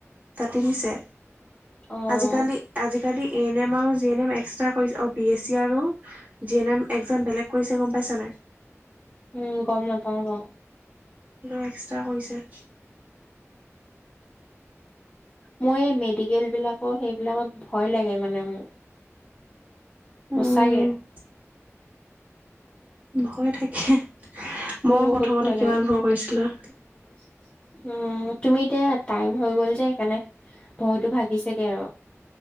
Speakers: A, on the right; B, on the left.
A: কাটি দিছে।
B: অ',
A: আজিকালি, আজিকালি এন এম আও জি এন এম এক্সট্ৰা কৰিছে, অ' বি এছ চি আৰু জি এন এম এক্সাম বেলেগ কৰিছে গম পাইছা নাই?
B: উম, গম নাপাওঁ বাৰু।
A: লৈ এক্সট্ৰা কৰিছে।
B: মই এই মেডিকেলবিলাকৰ সেইবিলাকত ভয় লাগে মানে মোৰ। সঁচাগে।
A: উম ভয় থাকে, মইও
B: মোৰ বহুত
A: প্ৰথমতে কিমান
B: লাগে।
A: ভয় কৰিছিলোঁ।
B: <inaudible> উম, তুমি এতিয়া টাইম হৈ গ'ল যে সেইকাৰণে ভয়টো ভাগিছেগে আৰু।